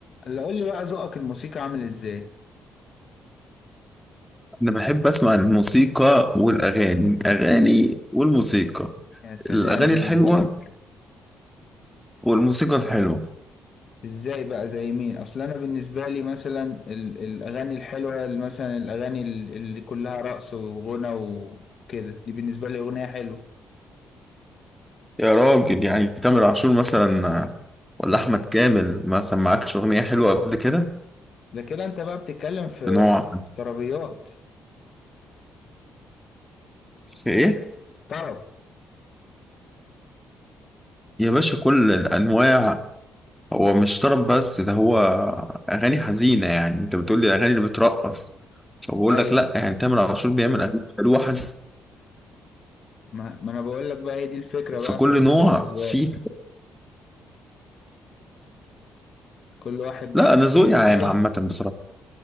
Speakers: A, on the left; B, in the centre.
A: اللي قول لي بقى ذوقك الموسيقى عامل ازاي
B: أنا بحب أسمع الموسيقى والأغاني أغاني والموسيقى
A: يا سلام
B: الأغاني
A: يا
B: الحلوة
A: مزاجك
B: والموسيقى الحلوة
A: ازاي بقى زي مين اصل انا بالنسبه لي مثلا ال- الاغاني الحلوه اللي مثلا الاغاني ال- اللي كلها رقص وغنى وكده دي بالنسبه لي اغنيه حلوه
B: يا راجل يعني تامر عاشور مثلا ولا أحمد كامل ما سمعكش أغنية حلوة قبل كده
A: ده كده انت بقى بتتكلم في
B: بنوع
A: طربيات
B: في إيه
A: طرب
B: يا باشا كل الأنواع هو مش طرب بس ده هو أغاني حزينة يعني أنت بتقولي الأغاني اللي بترقص فبقول
A: ايوه
B: لك لأ يعني تامر عاشور بيعمل أغاني حلوة حزينة
A: ما, ما انا بقول لك بقى هي دي الفكره
B: فكل
A: بقى في
B: نوع
A: في الاذواق
B: فيه
A: كل واحد بقى
B: لا
A: ليه
B: أنا ذوقي
A: ذوق
B: عام
A: كده
B: عامة بصراحة